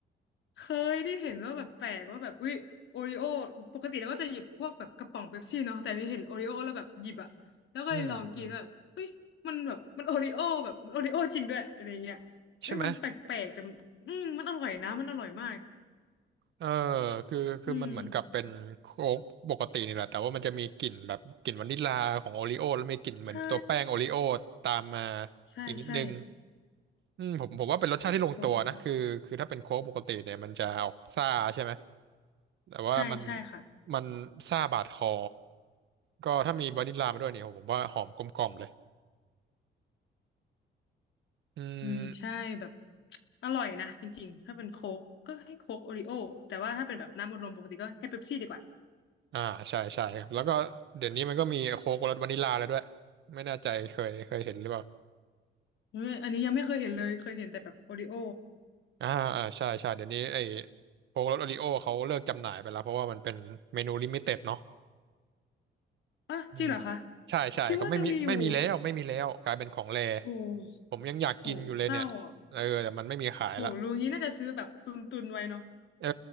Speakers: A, on the left; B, on the right.
A: เคยได้เห็นว่าแบบแปลกว่าแบบวิโอริโอปกติเราก็จะหยิบพวกแบบกระป๋องเป๊ปซี่เนาะแต่นี่เห็นโอริโอแล้วแบบหยิบอะแล้วก็เลยลองกินแล้วแบบเฮ้ยมันแบบมันโอริโอแบบมันโอริโอจริงด้วยอะไรเงี้ยเฮ้ยมันแปลกๆแต่มันอืมมันอร่อยนะมันอร่อยมาก
B: อืมอืมใช่ไหม เออคือคือมันเหมือนกับเป็นโค้กปกตินี่แหละแต่ว่ามันจะมีกลิ่นแบบกลิ่นวานิลลาของโอริโอแล้วมีกลิ่นเหมือนตัวแป้งโอริโอตามมา
A: อืมใช่ใช่ใช่
B: อีกนิดนึงอืมผมผมว่าเป็นรสชาติที่ลงตัวนะคือคือถ้าเป็นโค้กปกติเนี่ยมันจะออกซ่าใช่ไหม
A: โห
B: แต่ว่ามัน
A: ใช่ใช่ค่ะ
B: มันซ่าบาดคอก็ถ้ามีวานิลลามาด้วยเนี่ยผมว่าหอมกลมกล่อมเลยอืม
A: อืมใช่แบบ <tsk> อร่อยนะจริงๆถ้าเป็นโค้กก็ให้โค้กโอริโอแต่ว่าถ้าเป็นแบบน้ำอัดลมปกติก็ให้เป๊ปซี่ดีกว่า
B: อ่าใช่ใช่ครับแล้วก็เดี๋ยวนี้มันก็มีโค้กรสวานิลลาแล้วด้วยไม่แน่ใจเคยเคยเห็นหรือเปล่า
A: เอออันนี้ยังไม่เคยเห็นเลยเคยเห็นแต่แบบโอริโอ
B: อ่าอ่าใช่ใช่เดี๋ยวนี้ไอ้โค้กรสโอริโอเขาเลิกจำหน่ายไปแล้วเพราะว่ามันเป็นเมนูลิมิเต็ดเนาะ
A: อ่ะจริงเหรอคะ
B: อืมใช่ใช่ก็ไม่มีไม่มีแล้วไม่มีแล้วกลายเป็นของแร
A: คิดว่ายังมีอยู่โอ
B: ผมยังอยากกินอยู่เลยเนี่ยเออแต่มันไม่มีขายละ
A: ้โหเศร้าอ่ะโหรู้งี้น่าจะซื้อแบบตุนตุนไว้เนาะ
B: เออ